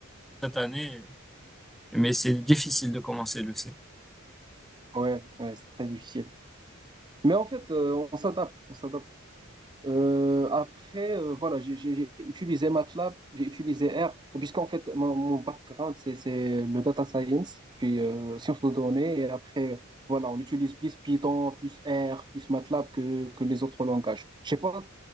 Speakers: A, in the centre; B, on the right.
A: cette année. mais c'est difficile de commencer, le C.
B: ouais, ouais, c'est très difficile. Mais en fait, euh, on s'adapte, on s'adapte. Euh, après, euh, voilà, j'ai j'ai- j'ai utilisé MATLAB, j'ai utilisé R, puisqu'en fait, mon, mon background, c'est c'est le data science, puis euh, sciences de données, et après, voilà, on utilise plus Python, plus R, plus MATLAB que, que les autres langages. Je sais pas,